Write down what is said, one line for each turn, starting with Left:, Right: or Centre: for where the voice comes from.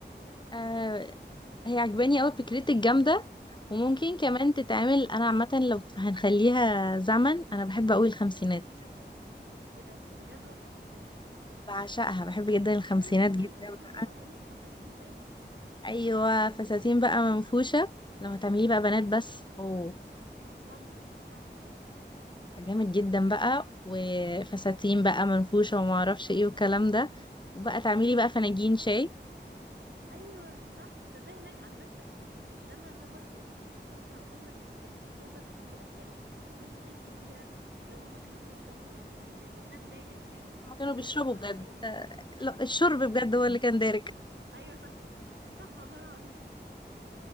Left: آه هي عجباني قوي فكرتك جامده وممكن كمان تتعمل انا عامه لو هنخليها زمن انا بحب قوي الخمسينات
Right: ايه ده بجد والله
Left: بعشقها بحب جدا الخمسينات
Right: دول دول
Left: جدا
Right: اللي بيلبسوا
Left: بقى.
Right: معظمهم فساتين باين
Left: ايوه فساتين بقى منفوشه لو هتعمليه بقى بنات بس اوه
Right: ممكن صح
Left: يبقى جامد جدا بقى وفساتين بقى منفوشه وما اعرفش ايه والكلام ده وبقى تعملي بقى فناجين شاي
Right: ايوه صح ده, ده هناك على فكره الزمن ده برضو ما كانش عندهم ال- الصودا كتيره يعني مش مش كتيره لو ما ما كانوش بيشربوا مش يعني مش ده الدارج يعني
Left: هما
Right: كان
Left: كانوا
Right: الدارج
Left: بيشربوا
Right: اللي هو
Left: بجد
Right: الشاي
Left: آه، لا الشرب بجد هو اللي كان دارك
Right: ايوه صح صح والله العظيم